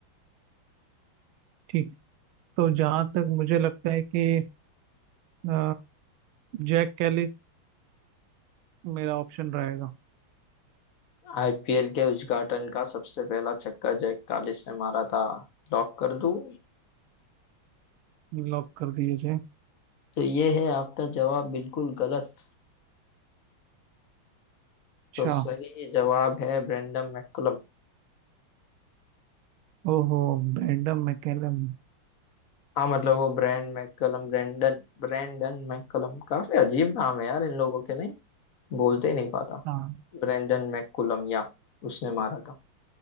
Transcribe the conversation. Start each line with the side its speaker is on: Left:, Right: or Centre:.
Right: ठीक तो जहाँ तक मुझे लगता है कि अ, जैक कैली मेरा ऑप्शन रहेगा
Left: आईपीएल के उद्घाटन का सबसे पहला छक्का जैक कालिस ने मारा था लॉक कर दूं
Right: लॉक कर दीजिए
Left: तो ये है आपका जवाब बिल्कुल गलत
Right: अच्छा
Left: तो सही जवाब है ब्रेंडम मैकुलम
Right: ओहो Brandon McCullum
Left: हाँ मतलब वो Brendon McCullum Brendon Brendon McCullum काफी अजीब नाम है यार इन लोगों के नहीं बोलते ही नहीं पाता
Right: हाँ
Left: ब्रैंडन मैककुलम या उसने मारा था